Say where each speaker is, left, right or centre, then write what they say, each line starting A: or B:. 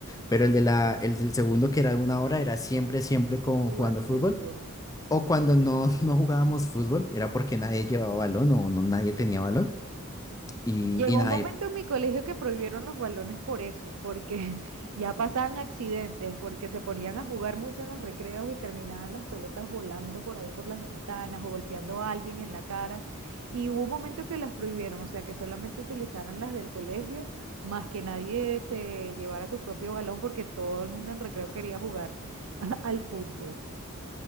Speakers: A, on the left (about 15°); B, on the right (about 75°).
A: Pero el de la, el del segundo, que era de una hora, era siempre, siempre con
B: Jugar
A: jugando fútbol.
B: fútbol.
A: O cuando no, <laughs> no jugábamos fútbol, era porque nadie llevaba balón o no, nadie tenía balón. Y,
B: Llegó
A: y nada,
B: un momento en mi colegio que prohibieron los balones por eso, porque <laughs> ya pasaban accidentes, porque se ponían a jugar mucho en los recreos y terminaban las pelotas volando por ahí por las ventanas o golpeando a alguien en la cara. Y hubo un momento que las prohibieron, o sea, que solamente utilizaran las del colegio, más que nadie se llevara su propio balón porque todo el mundo en recreo quería jugar <laughs> al fútbol.